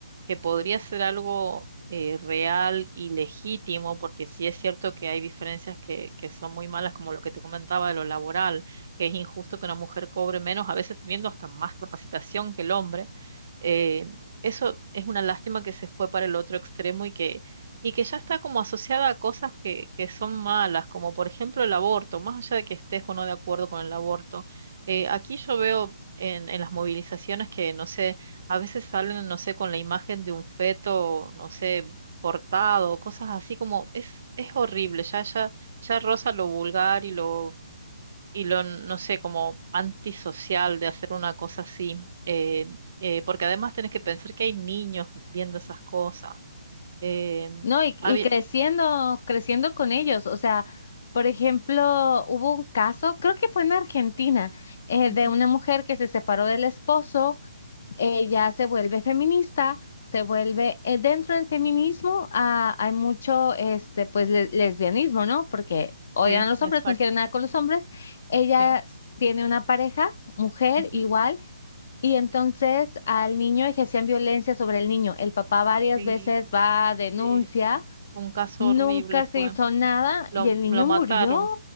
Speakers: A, on the right; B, on the left.
A: que podría ser algo eh, real y legítimo, porque sí es cierto que hay diferencias que, que son muy malas, como lo que te comentaba de lo laboral, que es injusto que una mujer cobre menos, a veces teniendo hasta más capacitación que el hombre. Eh, eso es una lástima que se fue para el otro extremo y que, y que ya está como asociada a cosas que, que son malas, como por ejemplo el aborto, más allá de que estés o no de acuerdo con el aborto. Eh, aquí yo veo en, en las movilizaciones que, no sé, a veces salen, no sé, con la imagen de un feto, no sé, cortado, cosas así como, es, es horrible, ya, ya, ya roza lo vulgar y lo, y lo, no sé, como antisocial de hacer una cosa así. eh, eh, porque además tenés que pensar que hay niños viendo esas cosas. Eh,
B: No, y, y
A: había,
B: creciendo, creciendo con ellos. O sea, por ejemplo, hubo un caso, creo que fue en Argentina, eh,
A: Ujú,
B: de una mujer que se separó del esposo, ella se vuelve feminista, se vuelve, eh, dentro del feminismo ah, hay mucho, este, pues, le- lesbianismo, ¿no? Porque odian
A: sí,
B: a los
A: exacto,
B: hombres, no quieren nada con los hombres. Ella
A: sí.
B: tiene una pareja, mujer,
A: ujú,
B: igual. Y entonces al niño ejercían violencia sobre el niño. El papá varias
A: sí,
B: veces va, denuncia.
A: sí, sí. Un caso
B: Nunca
A: horrible fue.
B: se hizo nada
A: Lo,
B: y el niño
A: lo mataron,
B: murió.